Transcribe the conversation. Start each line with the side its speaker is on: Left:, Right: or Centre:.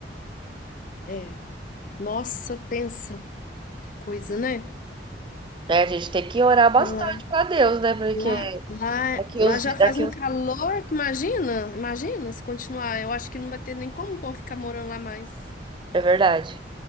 Left: É. Nossa, pensa, que coisa, né?
Right: É, a gente tem que orar bastante
Left: Tá Lá,
Right: pra Deus, né? Porque
Left: lá, lá,
Right: daqui
Left: lá
Right: os,
Left: já
Right: di- daqui
Left: faz um
Right: os...
Left: calor que imagina, imagina se continuar. Eu acho que não vai ter nem como o povo ficar morando lá mais.
Right: É verdade.